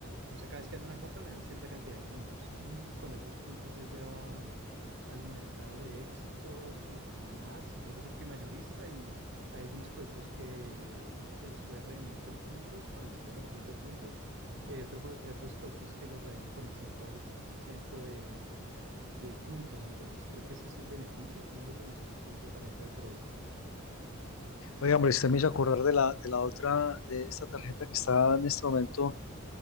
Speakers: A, on the right; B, on the left.
A: o sea, cada vez que hace una compra le dan cierta cantidad de puntos y con esos puntos ella va al mercado de Éxito, Surtimax y creo que Surtimayorista y hay algunos productos que, que los puede redimir con puntos, con el 50% de puntos y hay otro pro- otros productos que los redime con el 100% de, de puntos. Entonces creo que ese es el beneficio, es uno de los beneficios que tiene esa tarjeta de crédito.
B: Oiga, hombre, usted me hizo acordar de la, de la otra, de esta tarjeta que está en este momento